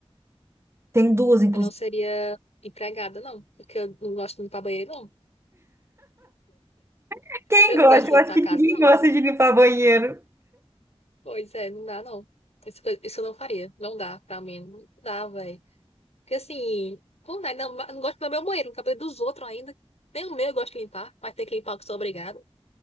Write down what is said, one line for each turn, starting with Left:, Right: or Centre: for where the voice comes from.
Right: Tem duas, inclusive.
Left: Eu não seria empregada, não, porque eu não gosto de limpar banheiro, não.
Right: <laughs> Quem
Left: Eu
Right: gosta?
Left: não gosto de
Right: Eu
Left: limpar
Right: acho que
Left: a casa,
Right: ninguém
Left: não.
Right: gosta de limpar banheiro.
Left: Pois é, não dá não. Isso, isso eu não faria. Não dá pra mim. Não dá, velho. Porque assim, não dá. Não, não gosto do meu banheiro, no cabelo dos outros ainda. Nem o meu eu gosto de limpar, mas tem que limpar que sou obrigada.